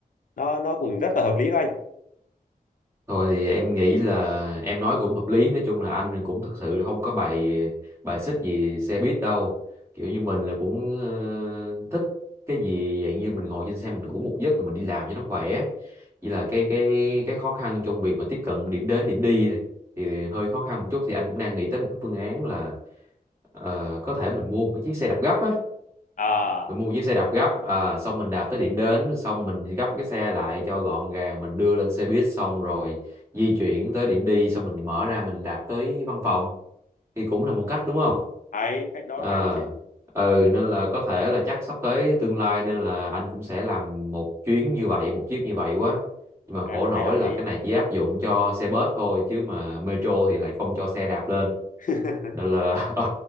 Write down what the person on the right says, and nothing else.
Thôi thì em nghĩ là em nói cũng hợp lý nói chung là anh cũng thực sự không có bài bài xích gì xe buýt đâu kiểu như mình là cũng ờ, thích cái gì dạng như mình ngồi trên xe mình ngủ một giấc rồi mình đi làm cho nó khỏe chỉ là cái cái cái khó khăn trong việc mà tiếp cận điểm đến điểm đi thì, thì hơi khó khăn một chút thì anh cũng đang nghĩ tới một cái phương án là ờ, có thể mình mua một cái chiếc xe đạp gấp á
mình mua một chiếc xe đạp gấp à, xong mình đạp tới điểm đến xong mình gấp cái xe lại cho gọn gàng mình đưa lên xe buýt xong rồi di chuyển tới điểm đi xong mình mở ra mình đạp tới văn phòng thì cũng là một cách đúng không
à,
ừ nên là có thể là chắc sắp tới tương lai nên là anh cũng sẽ làm một chuyến như vậy một chiếc như vậy quá nhưng mà khổ
nỗi
là
cái này chỉ áp dụng cho xe bus thôi chứ mà metro thì lại không cho xe đạp lên
nên là <laughs> ừ